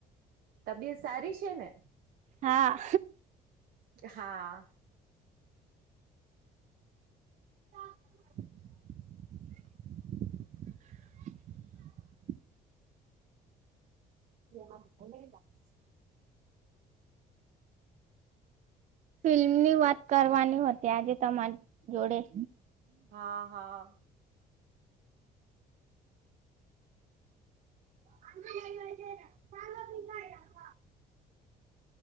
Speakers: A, on the right; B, on the right.
A: તબિયત સારી છે ને?
B: હા.
A: હા
B: <inaudible> <unintelligible> ફિલ્મની વાત કરવાની હતી, આજે તમારી જોડે.
A: હા હા
B: <inaudible>